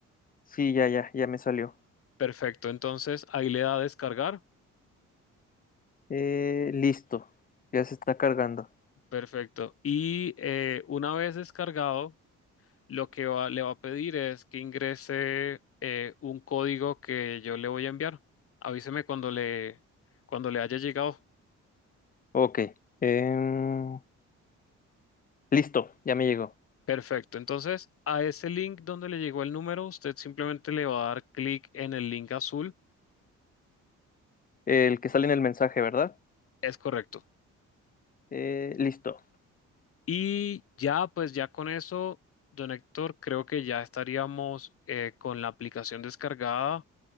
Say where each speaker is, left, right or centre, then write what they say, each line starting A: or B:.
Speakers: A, on the left; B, on the left.
A: Sí, ya, ya, ya me salió.
B: Perfecto. Entonces, ahí le da a descargar.
A: Eh, listo. Ya se está cargando.
B: Perfecto. Y eh, una vez descargado, lo que va- le va a pedir es que ingrese eh, un código que yo le voy a enviar. Avíseme cuando le, cuando le haya llegado.
A: Ok. Em, listo, ya me llegó.
B: Perfecto. Entonces, a ese link donde le llegó el número, usted simplemente le va a dar clic en el link azul.
A: El que sale en el mensaje, ¿verdad?
B: Es correcto.
A: Eh, listo.
B: Y ya, pues ya con eso, don Héctor, creo que ya estaríamos eh, con la aplicación descargada.